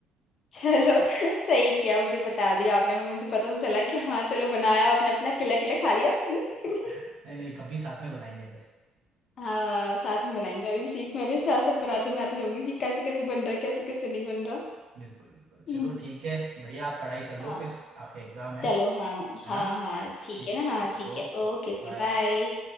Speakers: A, on the left; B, on the right.
A: चलो <laughs> सही किया मुझे बता दिया आपने मुझे पता तो चला कि हाँ चलो बनाया आपने अपना किला किला खा लिया <laughs>
B: <laughs> नहीं नहीं कभी साथ में बनाएंगे फिर
A: हाँ साथ में बनाएंगे मैं भी सीख मैं भी साथ साथ बनाते बनाते जाऊंगी कि कैसे कैसे बन रहा है कैसे कैसे नहीं बन रहा
B: बिल्कुल बिल्कुल
A: हम्म,
B: चलो ठीक है बढ़िया आप पढ़ाई कर लो
A: हाँ
B: फिर आपके एग्जाम है
A: चलो हाँ
B: है
A: हाँ
B: ना
A: हाँ ठीक
B: ठीक
A: है ना हाँ
B: ठीक है
A: ठीक
B: ओके
A: है ओके ओके
B: बाय
A: बाय